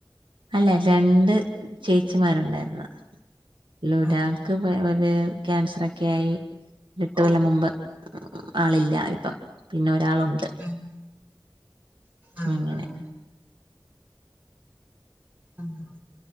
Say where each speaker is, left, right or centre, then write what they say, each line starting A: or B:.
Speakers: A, on the right; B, on the right.
A: അല്ല രണ്ട് ചേച്ചിമാരുണ്ടായിരുന്നു. അയിലൊരാക്ക്
B: ആഹ്
A: ത് ക്യാൻസറെക്കെയായി എട്ടു
B: ഓഹ്
A: കൊല്ലം മുൻപ് ആളില്ല ഇപ്പം പിന്നെ ഒരാളുണ്ട്
B: ഉം ആഹ്
A: അങ്ങനെ
B: അഹ്‌ ആഹ്